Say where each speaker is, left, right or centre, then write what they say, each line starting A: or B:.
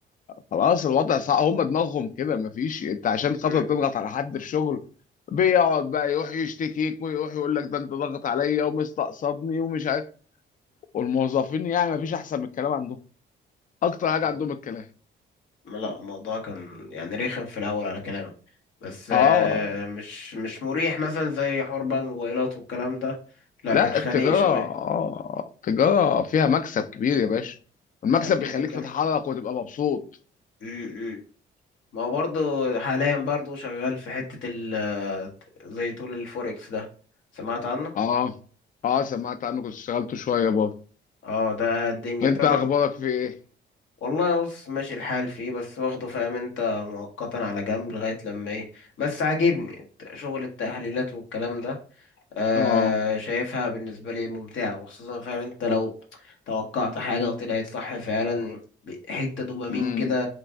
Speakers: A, on the left (about 40°); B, on the left (about 70°).
A: خلاص الوضع صعب هم دماغهم كده مفيش انت عشان خاطر
B: مم،
A: تضغط على حد في شغل بيقعد بقى يروح يشتكيك ويروح يقول لك ده انت ضغط عليا ومستقصدني ومش عارف والموظفين يعني مفيش احسن من الكلام عندهم اكتر حاجة
B: مم.
A: عندهم الكلام
B: لا الموضوع كان يعني رخم في الاول على كلامك بس
A: اه
B: آه، مش مش مريح مثلا زي حوار بقى الموبايلات والكلام ده لا
A: لا
B: كان خنيق
A: التجارة
B: شويه
A: اه التجارة فيها مكسب كبير يا باشا المكسب
B: يعني كده
A: بيخليك
B: كان
A: تتحرك وتبقى مبسوط
B: امم ما هو برضه حاليا برضه شغال في حته ال زي طول الفوركس ده سمعت عنه
A: اه اه سمعت عنك كنت اشتغلت شوية برضه
B: اه ده الدنيا
A: انت
B: تقدر
A: اخبارك في ايه
B: والله بص ماشي الحال فيه بس واخده فاهم انت مؤقتا على جنب لغايه لما ايه بس عاجبني الت- شغل التحليلات والكلام ده آه
A: اه
B: شايفها بالنسبة لي ممتعة وخصوصا فاهم انت لو توقعت حاجة وطلعت صح فعلا ب- حتة دوبامين
A: امم
B: كده